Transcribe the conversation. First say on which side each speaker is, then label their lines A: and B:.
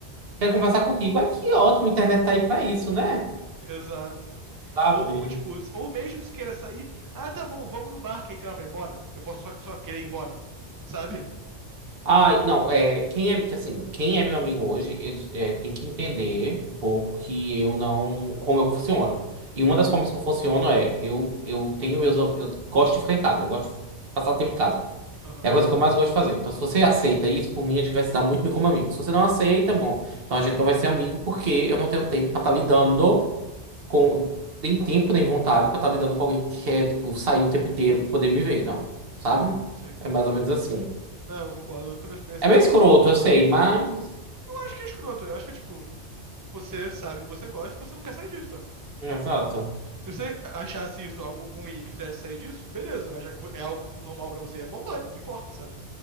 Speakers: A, on the right (about 55°); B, on the right (about 25°).
A: quero conversar contigo. Ai, que ótimo, a internet tá aí pra isso, né?
B: <laughs> exato.
A: Sabe?
B: Ou, tipo, ou mesmo se queira sair, ah, tá bom, vamos no bar, quem tem hora pra ir embora? Eu posso só, só querer ir embora, sabe?
A: Ah, não, é, quem é, que, assim, quem é meu amigo hoje, ele é, tem que entender um pouco que eu não, como eu funciono. E uma das formas que eu funciono é, eu, eu tenho meus, eu gosto de ficar em casa, eu gosto de passar o tempo em casa.
B: Aham,
A: É a coisa que eu mais gosto de fazer. Então, se você aceita isso, por mim, a gente vai se dar muito bem como amigo. Se você não aceita, bom, então a gente não vai ser amigo porque eu não tenho tempo pra estar lidando com, nem tempo, nem vontade pra estar lidando com alguém que quer, tipo, sair o tempo inteiro pra poder me ver, não,
B: sim,
A: sabe?
B: sim.
A: É mais ou menos assim.
B: Não, eu concordo, eu também sou bem assim.
A: É meio escroto, eu sei, mas.
B: Eu acho que é escroto. Eu acho que é tipo, você sabe que você gosta e você não quer sair disso, ué.
A: Exato.
B: Se você achasse isso algo ruim e quisesse sair disso, beleza, mas já que é algo normal pra você, é bom dane, não importa, sabe?